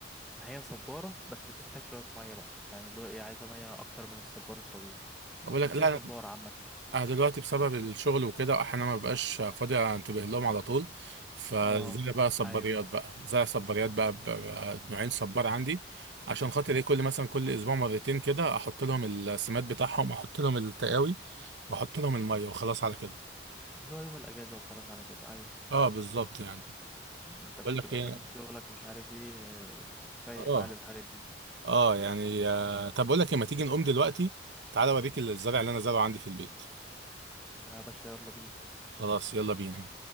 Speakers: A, in the centre; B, on the right.
A: ما هي صباره بس بتحتاج شويه ميه بقى يعني اللي هو ايه عايزه ميه اكتر من الصبار الطبيعي
B: بقول
A: بس
B: لك لا
A: هي صباره عامه
B: انا دلوقتي بسبب الشغل وكده احيانا ما ببقاش فاضي انتبه لهم على طول فزي
A: اه
B: بقى صباريات
A: ايوه
B: بقى زي صباريات بقى, بقى نوعين صبار عندي عشان خاطر ايه كل مثلا كل اسبوع مرتين كده احط لهم السماد بتاعهم احط لهم التقاوي واحط لهم الميه وخلاص على كده
A: اللي هو يوم الاجازه وخلاص على كده ايوه
B: اه بالظبط يعني
A: ما انت مش
B: بقول
A: هتبقى
B: لك ايه
A: جاي من شغلك مش عارف ايه آه، فايق
B: اه
A: بقى للحاجات دي
B: اه يعني آه طب بقول لك إيه، ما تيجي نقوم دلوقتي تعالى اوريك الزرع اللي انا زرعه عندي في البيت
A: يا باشا يلا بينا
B: خلاص يلا بينا